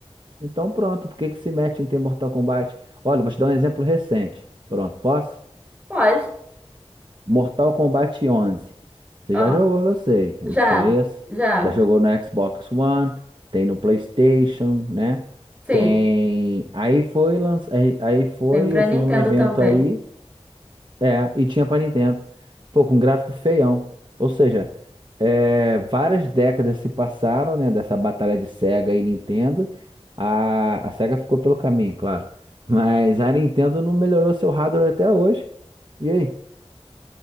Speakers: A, on the right; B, on the right.
A: Então pronto, por que que se mete em ter Mortal Kombat? Olha, vou te dar um exemplo recente. Pronto, posso?
B: Pode.
A: Mortal Kombat 11. Você
B: Ó,
A: já jogou, eu sei, eu
B: já.
A: te conheço.
B: Já.
A: Já jogou no Xbox One, tem no PlayStation, né?
B: Sim.
A: Tem. Aí foi, lanç... aí aí foi,
B: Tem pra
A: eu fui
B: Nintendo
A: num evento
B: também.
A: aí, é, e tinha pra Nintendo. Pô, com gráfico feião. Ou seja, é, várias décadas se passaram, né, dessa batalha de Sega e Nintendo. A, a Sega ficou pelo caminho, claro. Mas a Nintendo não melhorou seu hardware até hoje. E aí?